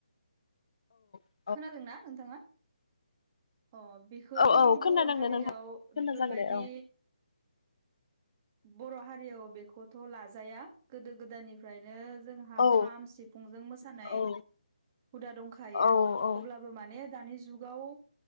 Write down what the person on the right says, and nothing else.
खोनादोंना नोंथाङा? अ बे खौथ'
बर' हारियाव
बेफोरबायदि
बर' हारियाव बेखौथ' लाजाया गोदो गोदायनिफ्रायनो जों हा
खाम सिफुंजों मोसानाय
हुदा दंखायो।
अब्लाबो मा माने दानि जुगाव